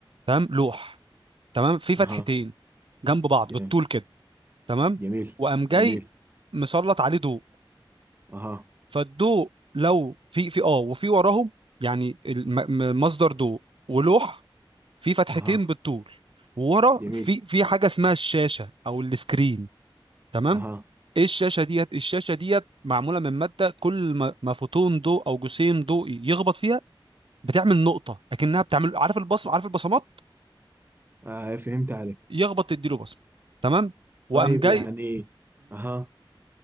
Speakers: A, on the right (about 70°); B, on the right (about 25°).
A: تمام لوح تمام في فتحتين
B: اها
A: جنب بعض
B: ج-
A: بالطول كده تمام
B: جميل
A: وقام جاي
B: جميل
A: مسلط عليه ضوء
B: اها
A: فالضوء لو في في اه وفي وراهم يعني الم- م- مصدر ضوء ولوح في فتحتين
B: اها
A: بالطول وورا
B: جميل
A: في في حاجه اسمها الشاشه او السكرين تمام
B: اها
A: ايه الشاشه ديت الشاشه ديت معموله من ماده كل ما ما فوتون ضوء او جسيم ضوئي يخبط فيها بتعمل نقطه اكنها بتعمل عارف البصم عارف البصمات
B: آه فهمت عليك
A: يخبط تديله بصمه تمام وقام
B: طيب
A: جاي
B: يعني اها